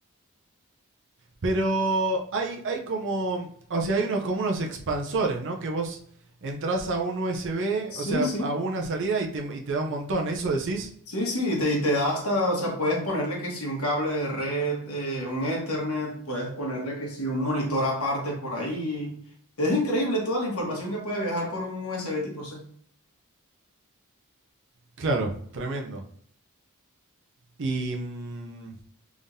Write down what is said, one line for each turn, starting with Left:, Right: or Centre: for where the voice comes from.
Right: Pero hay, hay como, o sea, hay unos, como unos expansores, ¿no? Que vos entras a un USB,
Left: Sí,
Right: o sea,
Left: sí.
Right: a una salida y te, y te da un montón. ¿Eso decís?
Left: Sí, sí, te- y te da hasta, o sea, puedes ponerle que si un cable de red, eh, un Ethernet, puedes ponerle que si un monitor aparte por ahí. Es increíble toda la información que puede viajar por un USB tipo C.
Right: Claro, tremendo. Y, mm,